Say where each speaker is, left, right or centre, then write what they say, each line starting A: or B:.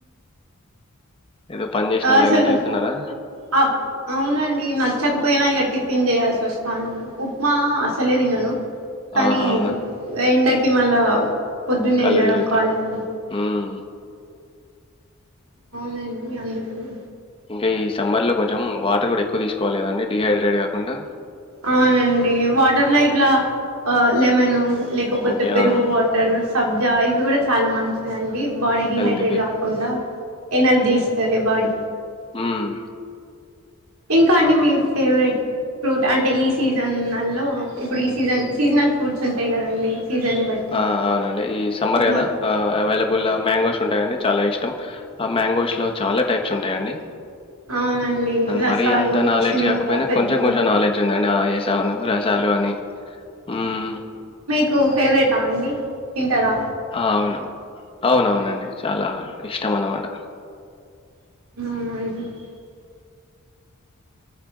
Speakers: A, on the left; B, on the right.
A: ఏదో పని చేసినోళ్ళయినట్టు
B: అసలు
A: అయితున్నారా?
B: ఆప్ అవునండి నచ్చక్ ఉప్మానా ఇగా టిఫిన్ చేయాల్సిస్తుంది ఉప్మా అసలే తీనను. కానీ
A: ఆహా! అవునా?
B: వెండకి హిమల్బ్ పొద్దున్నే
A: కళ్ళు
B: వెళ్ళడం
A: తిరుగుతాయి.
B: కాలేజీ
A: హ్మ్.
B: అవునండి అందుకనే
A: ఇంకా ఈ సమ్మర్ లో కొంచెం వాటరు కూడా ఎక్కువ తీసుకోవాలి కదా అండి డిహైడ్రేట్ కాకుండా
B: అవునండి వాటర్లో ఇట్లా ఆ లెమను లేకపోతే
A: ఓకే.
B: పెరుగు
A: ఆ!
B: వాటర్స్ సబ్జా ఇవి కూడా చాలా మంచిదండి. బాడీ డిహైడ్రేట్
A: హెల్త్‌కి.
B: కాకుండా ఎనర్జీ ఇస్తది బాడీ
A: మ్మ్
B: ఇంకా అండి మీ ఫేవరెట్ ఫ్రూట్ అంటే ఈ సీజన్ లో ఇప్పుడు ఈ సీజన్ సీజనల్ ఫ్రూట్స్ ఉంటాయి కదండి సీజన్ని బట్టి
A: ఆ అవునండి ఈ సమ్మర్
B: ఎట్లా
A: కదా ఆ అవైలబుల్ మ్యాంగోస్ ఉంటాయండి చాలా ఇష్టం ఆ మ్యాంగోస్ లో చాలా టైప్స్ ఉంటాయండి.
B: అవునండి రసాలు
A: మరీ అంత నాలెడ్జ్
B: చిన్నగా
A: కాకపోయినా
B: పెద్దగా
A: కొంచెం కొంచెం నాలెడ్జ్ ఉందండి ఆ ఎస్ అవునవును రసాలు అని హ్మ్.
B: టూ ఫేవరెటా అండి తింటారా
A: ఆ అవును అవునవునండి చాలా. ఇష్టం అన్నమాట
B: అ <unintelligible>